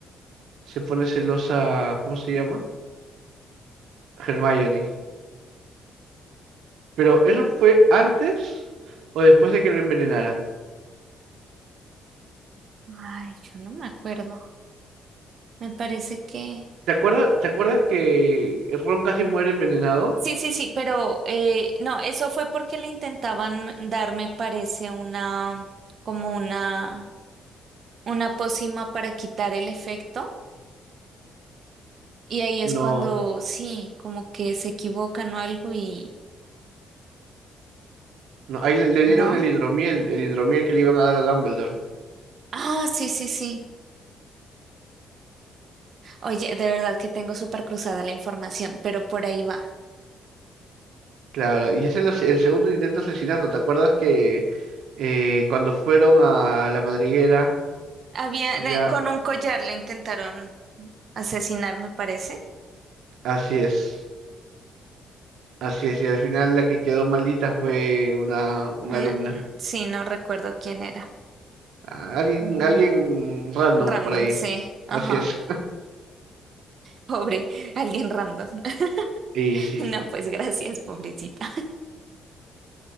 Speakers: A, on the right (about 75°); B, on the right (about 50°).
A: se pone celosa, ¿cómo se llama? Hermione. Pero ¿eso fue antes o después de que lo envenenaran?
B: Ay, yo no me acuerdo. Me parece que...
A: ¿Te acuerdas, te acuerdas que Ron casi muere envenenado?
B: Sí, sí, sí, pero eh, no, eso fue porque le intentaban dar, me parece, una, como una, una pócima para quitar el efecto. Y ahí es
A: No,
B: cuando, sí, como que se equivocan o algo y...
A: no, ahí le, le
B: ¿No?
A: dieron el hidromiel, el hidromiel que le iban a dar a Dumbledore.
B: Ah, sí, sí, sí. Oye, de verdad que tengo súper cruzada la información, pero por ahí va.
A: Claro, y ese es el, ase- el segundo intento de asesinato. ¿Te acuerdas que eh, cuando fueron a la madriguera,
B: Había,
A: ya,
B: eh, con un collar le intentaron asesinar, me parece.
A: así es. Así es, y al final la que quedó maldita fue una, una
B: Un-
A: alumna.
B: mm, sí, no recuerdo quién era.
A: A- Alguien,
B: Mm.
A: alguien random
B: Random,
A: por ahí.
B: sí. Ajá.
A: Así es.
B: Pobre, alguien random. <laughs>
A: <laughs> Y sí.
B: No, pues gracias, pobrecita.